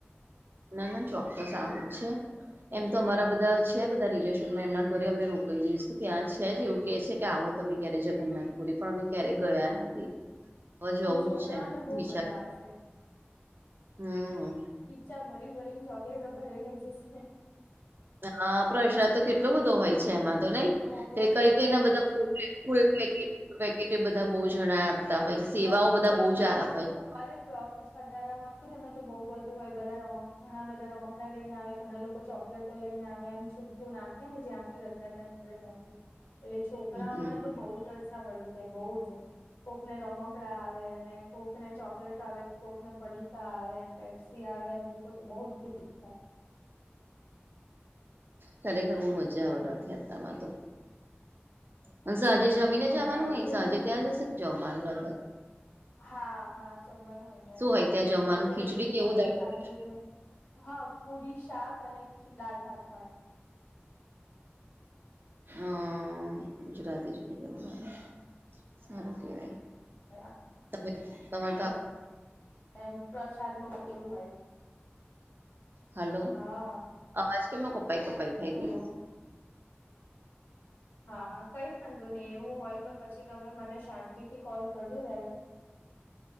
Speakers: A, on the right; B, on the left.
A: ના ના ચોક્કસ આવું જ છે. એમ તો અમારા બધા છે બધા રિલેશનમાં એમના ઘરે અમે રોકાઈ જઈશું ત્યાં છે જ એવું કે છે. કે આવો તમે ક્યારે જગન્નાથપુરી પણ અમે ક્યારે ગયા નથી. હવે જવું
B: અને છોકરાઓને
A: જ છે એમ
B: બહુ
A: વિચાર
B: મજા આવશે.
A: હમ.
B: ખીચ્ચા ભરી ભરીને ચોકલેટો ભરે લઇ જશે.
A: હા પ્રસાદ તો કેટલો બધો હોય છે એમાં તો નહી
B: બહુ
A: તે
B: જ
A: કઈ
B: પ્રસાદ
A: કઈ ના બધા
B: હોય છે
A: ફૂ. ફૂલ પેટ પેકેટ એ બધા બહુ જણા આપતા હોય છે સેવાઓ
B: અરે ટ્રકમાં
A: બધા બહુ જ હોય
B: તો
A: છે.
B: અરે ટ્રક જ ખટાારા હોય ને એમાં તો બઉુ બધું હોય બધા ર ઘણા બધા રમકડા લઈને આવ્યા ઘણા લોકો ચોક. લેટો લઈને આવે એમ છૂટું નાખે ને જ્યાંથી રચ્યા ત્યાં નીકળે ત્યાંથી. એટલે છોકરાઓને
A: હમ
B: તો બહુ જલસા પડી જાય બહુ જ કોકને રમક. આવે કોક ને ચોકલેટ આવે કોફ ને પડીતા આવે પેપ્સી આવે લોકો તો બ. બ થાય. <inaudible>
A: ખરેખર બહુ મજા આવે રથયાત્રામાં તો. પણ સાંજે જમીને
B: બહુ જ મજા
A: જવાનું
B: આવે
A: હોય
B: એટલે
A: સાંજે
B: જ મેં કીધું
A: ત્યાં જશે જમવાનું અથ.
B: હા હા જમવાનું અહં
A: શું
B: જ હોય
A: ત્યાં જમવાનું
B: બપોરે
A: ખીચડી
B: બી
A: કેવું
B: હોય
A: દાળ
B: સાંજે
A: ભાત
B: જે. હા પુરી શાક અને ખી દળ ભત હોય.
A: હા ગુજરાતી જોઈ જ સારું કેવાય.
B: હ આ.
A: તમે તમા.
B: અને એમ પ્રસાદમાં જે એવું હોય.
A: હાલો
B: હા.
A: અવાજ કેમનો કપાઈ કપાઈ થાય
B: હલો
A: ભ.
B: હા કઈ વાંધો નહી એવું હોય તો પછી તમે મને શાંતિથી કોલ કરજો જ્યારે.